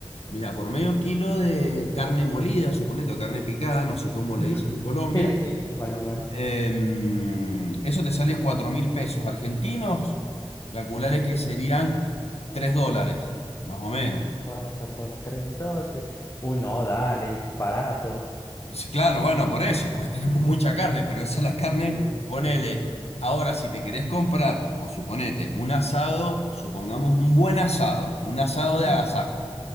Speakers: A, on the left (about 80°); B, on the left (about 30°).
A: mira, por medio kilo de carne molida, suponete, o carne picada, no sé cómo le
B: Ujú.
A: dicen en Colombia,
B: Sí, sí, sí, igual, igual.
A: em, eso te sale cuatro mil pesos argentinos, calcularé
B: Ok,
A: que serían 3 dólares, más o menos.
B: 4 por 3 doce Uy, no, dale, barato.
A: Sí, claro, bueno, por eso, porque <laughs> tenemos mucha carne, pero esa es la carne,
B: Sí,
A: ponele.
B: sí.
A: Ahora, si te querés comprar, por suponete, un asado, supongamos un buen asado, un asado
B: Ujú.
A: de agasajo,